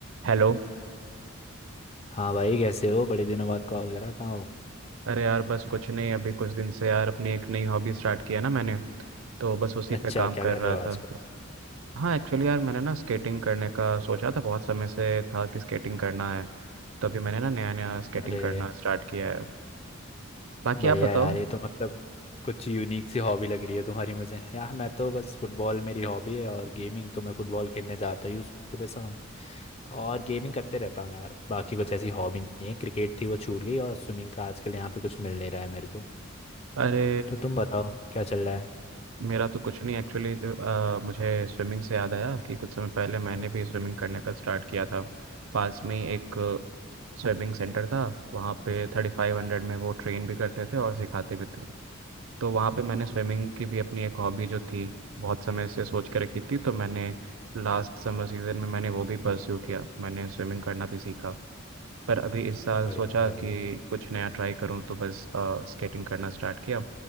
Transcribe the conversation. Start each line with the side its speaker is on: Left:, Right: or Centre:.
Right: Hello
Left: हाँ भाई कैसे हो बड़े दिनों बाद कॉल करा कहाँ हो
Right: अरे यार बस कुछ नहीं अभी कुछ दिन से यार अपनी एक नई हॉबी स्टार्ट किया ना मैंने तो बस उसी पे
Left: अच्छा
Right: काम
Left: क्या कर
Right: कर रहा
Left: रहे हो आजकल
Right: था हाँ एक्चुअली यार मैंने ना स्केटिंग करने का सोचा था बहुत समय से था कि स्केटिंग करना है तो अभी मैंने ना नया नया स्केटिंग
Left: अरे
Right: करना स्टार्ट किया है बाकी
Left: बढ़िया
Right: आप बताओ
Left: यार ये तो मतलब कुछ यूनिक सी हॉबी लग रही है तुम्हारी मुझे यार मैं तो बस फुटबॉल मेरी हॉबी है और गेमिंग तो मैं फुटबॉल खेलने जाता ही हूँ सुबह शाम और गेमिंग करते रहता हूँ यार बाकी कुछ ऐसी हॉबी नहीं है क्रिकेट थी वो छूट गई और स्विमिंग का आजकल यहाँ पे कुछ मिल नहीं रहा है मेरे को
Right: अरे
Left: तो तुम बताओ क्या चल रहा है
Right: मेरा तो कुछ नहीं एक्चुअली मुझे स्विमिंग से याद आया कि कुछ समय पहले मैंने भी स्विमिंग करने का स्टार्ट किया था पास में ही एक स्विमिंग सेंटर था वहाँ पे थर्टी फाइव हंड्रेड में वो ट्रेन भी करते थे और सिखाते भी थे तो वहाँ पे मैंने स्विमिंग की भी अपनी एक हॉबी जो थी बहुत समय से सोच के रखी थी तो मैंने लास्ट समर सीजन में मैंने वो भी परस्यू किया मैंने स्विमिंग करना भी सीखा पर अभी इस साल
Left: बढ़िया
Right: सोचा
Left: भाई
Right: कि कुछ नया ट्राई करूँ तो बस स्केटिंग करना स्टार्ट किया